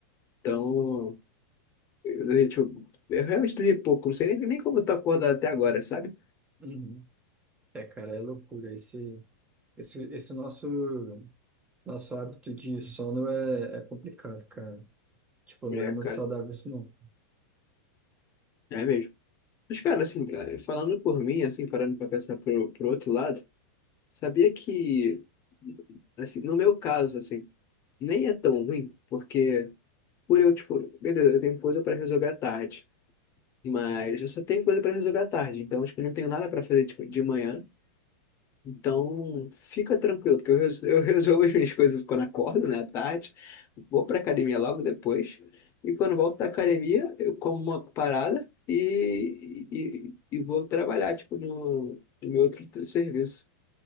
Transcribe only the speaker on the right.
Uhum. É, cara, é loucura. Esse, esse, esse nosso, nosso hábito de sono é, é complicado, cara. Tipo,
não é muito
saudável isso, não.